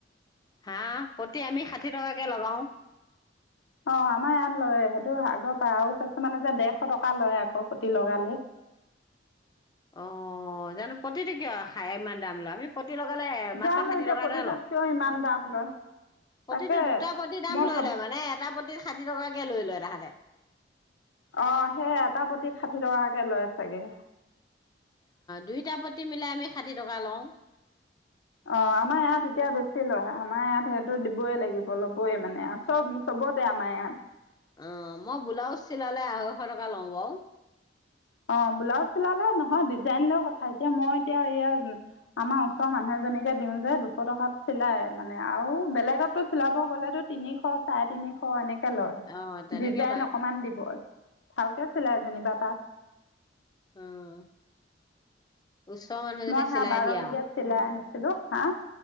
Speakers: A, on the left; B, on the left.
A: হা? পতি আমি ষাঠি টকাকে লগাও।
B: অ আমাৰ ইয়াত লয় সেইটো আগৰ পৰা আৰু কিছুমানে যে দেৰশ টকা লয় আকৌ প্ৰতি লগালে।
A: অ জানো প্ৰতিটো কিয় খাই ইমান দাম লওঁ আমি। পতি লগালে মাএ
B: জানো
A: ষাঠি
B: এতিয়া
A: টকা
B: পতিটোত
A: লওঁ
B: কিয় ইমান দাম লয় তাকে
A: প্ৰতিতো দুটা পতি দাম
B: মই
A: লৈ
B: ভাবোঁ
A: ল'লে নে এটা পতি ষাঠি টকা কে। তাকে লৈ লয় তাহাঁতে।
B: অ সেই এটা প্ৰতিত ষাঠি টকাকে লয় চাগে।
A: দুইটা প্ৰতি্ মিলাই আমি ষাঠি টকা লওঁ।
B: অ আমাৰ ইয়াত এতিয়া বেছি লয় আমাৰ ইয়াত সেইটো দিবই লাগিব ল'বই মানে আৰু চব চবতে আমাৰ ইয়াত?
A: অ মই ব্লাউজ চিলালে আঢ়ৈশ টকা লওঁ বাৰু।
B: অ ব্লাউজ চিলালে নহয় ডিজাইন লৈ কথা এতিয়া মই এতিয়া এইয়া আমাৰ ওচৰৰ মানুহ এজনীকে দিওঁ যে দুশ টকাত চিলাই মানে আৰু বেলেগতটো চিলাব গলেতো তিনিশ চাৰে তিনিশ এনে। লয়
A: অ তেনেকে
B: ডিজাইন
A: লয়
B: অকমান দিব। ভালকে চিলাই যেনিবা তাত।
A: উম ওচৰৰ মানুহজনে
B: মই
A: চিলাই
B: সা বাৰ
A: দিয়ে
B: বজাত
A: আৰু
B: চিলাই আনিম। হেল্ল' হা?